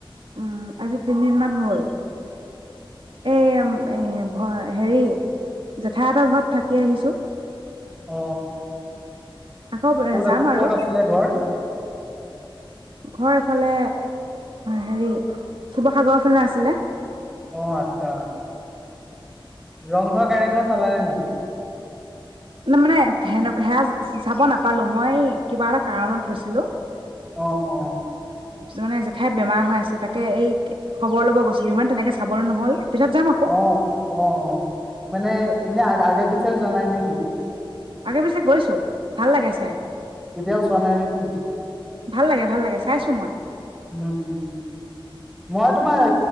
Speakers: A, on the right; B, in the centre.
A: উম আজি তিনিদিন মান হল এ ভ হেৰি জেঠাই এটাৰ ঘৰত থাকি আহিছো
B: অ
A: আকৌ
B: ক'ত
A: যাম
B: আ
A: আৰু
B: ক'ত আছিলে ঘৰ
A: ঘৰ এফালে হেৰি শিৱসাগৰৰ ফালে আাছিলে
B: অ আচ্ছা ৰংঘৰ কাৰেংঘ চালানে নাই
A: ন মানে সেনে সেয়া চাব নাপালো মই কিবা এটা কাৰণত গৈছিলো
B: অ অ
A: মানে জেঠাই বেমাৰ হৈ আছে তাকে এই খবৰ লব গৈছিলো ইমান তেনেকে চাবলৈ নহল পিছত যাম আকৌ
B: অ অ অ মানে এনে আগে পিছেও জনাই নেকি
A: আগে পিছে গৈছো ভাল লাগে চাই
B: কেতিয়াও চোৱা নাই কি
A: ভাল লাগে ভাল লাগে চাইছো মই
B: উম উম মই তোমাৰ